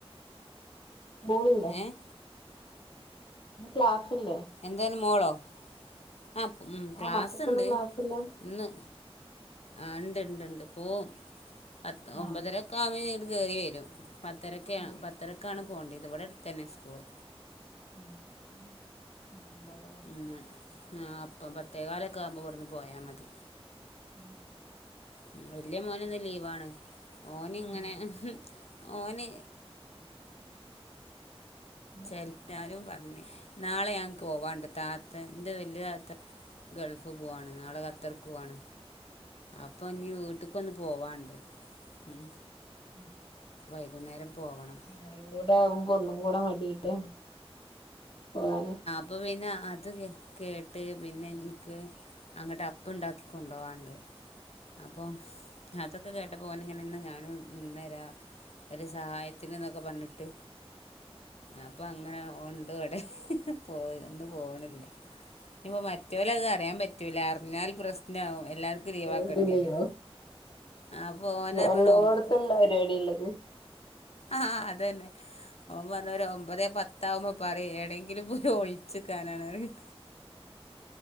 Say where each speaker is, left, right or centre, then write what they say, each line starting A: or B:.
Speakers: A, on the left (about 55°); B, on the left (about 80°).
A: <unintelligible>
B: ഏഹ്
A: ഇന്ന് ക്ലാസില്ലേ?
B: എന്താണ് മോളോ? ആ പ് ഉം ക്ലാസ്സ്ണ്ട്
A: ആ മക്കൾക്ക്ന്ന് ക്ലാസ്സില്ല
B: ഇന്ന്. ആ ഇണ്ട് ഇണ്ട് ഇണ്ട് പോവും പത്ത്
A: ആഹ്
B: ഒമ്പതരക്കെ ആവുമ്പോങ്ങട് കേറി വരും. പത്തരക്കാ
A: ആഹ്
B: പത്തരക്കാണ് പോകേണ്ടത്. ഇത് ഇവിടെ അടുത്തന്നെ സ്കൂള്.
A: ആണോ ഉം. <unintelligible> ഇല്ലാല്ലേ.
B: ന്ന് ആ അപ്പം പത്തേകാലൊക്കെ ആകുമ്പോൾ ഇവിടെന്ന് പോയാൽ മതി.
A: ഉം.
B: ഉം വല്യ മോന് ഇന്ന് ലീവാണ്, ഓന് ഇങ്ങനെ
A: ആഹ്
B: ഓന്
A: പിന്നെ
B: <unintelligible> പറഞ്ഞ് നാളെ ഞാൻ പോവാണ്ട് താത്ത എന്റെ വല്യ താത്ത ഗൾഫ് പോവാണ്, നാളെ ഖത്തർക്കോവാണ്. അപ്പൊ ഇഞ്ഞി വീട്ട്ക്കൊന്ന് പോവാണ്ട് ഉം.
A: ഉം
B: വൈകുന്നേരം പോവണം.
A: <unintelligible> കൂടെ ആകുമ്പോ ഒന്നും കൂടെ മടിട്ട് പോവും.
B: അപ്പോ പിന്ന അത് കേട്ട് പിന്നെ എന്ക്ക് അങ്ങട് അപ്പ ഇണ്ടാക്കി കൊണ്ടു പോവാന്ണ്ട് അപ്പോ അതൊക്കെ കേട്ടപ്പോ ഓൻ ഇങ്ങനെ ഇന്നാ ഞാനും ഇന്നേരാ. ഒരു സഹായത്തിന്ന് ന്നൊക്കെ പറഞ്ഞിട്ട്, അപ്പൊ അങ്ങനെ ഒണ്ട് ഇവിടെ പോയി ഇന്ന് പോണില്ല. ഇപ്പോ മറ്റോല അത് അറിയാൻ പറ്റൂല അറിഞ്ഞാൽ പ്രശ്നാവും എല്ലാർക്കും ലീവാക്കേണ്ടി
A: പോകത്തില്ലയോ
B: വരും ആ <unintelligible>
A: എല്ലോടത്തുള്ള പരിപാടി ഉള്ളത്.
B: ആഹ് അതന്നെ. ഓൻ പറഞ്ഞ <unintelligible> ഒരു ഒമ്പതേ പത്ത ആകുമ്പോ പറയ് എവിടേങ്കിലും പോയി ഒളി ച്ചിക്കാനാണറിയും.